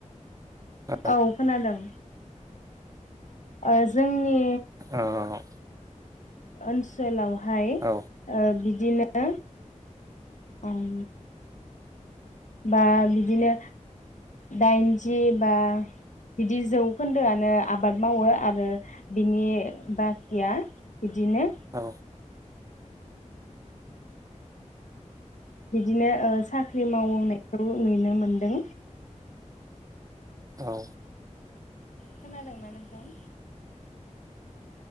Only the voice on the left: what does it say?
औ-औ खोनादों। ओ जोंनि
ओनसोलाव हाय
ओ बिद दिनो उम बा बि दिनो दाइनजि बा बिदि जौखोन्दोआनो आबाद मावो आरो बिनि बाखिया बिदिनो
बिदिनो ओ साख्रि मावनायखौ नुनो मोनदों।
खोनादोंना नोंथां?